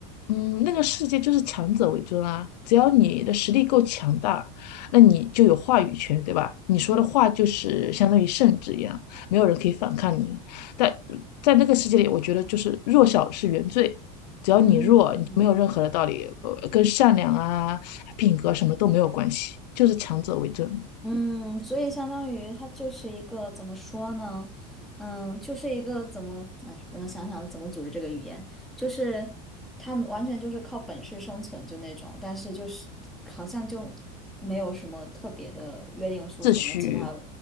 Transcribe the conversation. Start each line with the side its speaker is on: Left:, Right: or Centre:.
Left: 嗯，那个世界就是强者为尊啊！只要你的实力够强大，那你就有话语权，对吧？你说的话就是相当于圣旨一样，
Centre: 嗯
Left: 没有人可以反抗你。在在那个世界里，我觉得就是弱小是原罪，只要你弱，
Centre: 嗯
Left: 你没有任何的道理，呃，跟善良啊、品格什么都没有关系，就是强者为尊，
Centre: 嗯，所以相当于它就是一个怎么说呢？嗯，就是一个怎么，哎，我要想想怎么组织这个语言，就是他们完全就是靠本事生存就那种，但是就是好像就没有什么特别的约定俗成的其他，
Left: 秩序，